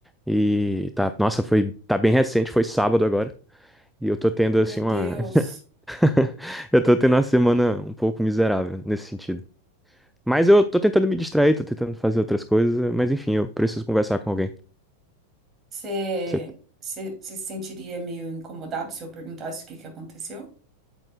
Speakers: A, in the centre; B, on the right (about 25°).
A: E tá, nossa, foi, tá bem recente, foi sábado agora. E eu tô tendo
B: meu
A: assim
B: Deus,
A: uma. <laughs> Eu tô tendo uma semana um pouco miserável nesse sentido. Mas eu tô tentando me distrair, tô tentando fazer outras coisas, eh, mas enfim, eu preciso conversar com alguém.
B: você
A: Você-
B: você se sentiria meio incomodado se eu perguntasse o que que aconteceu?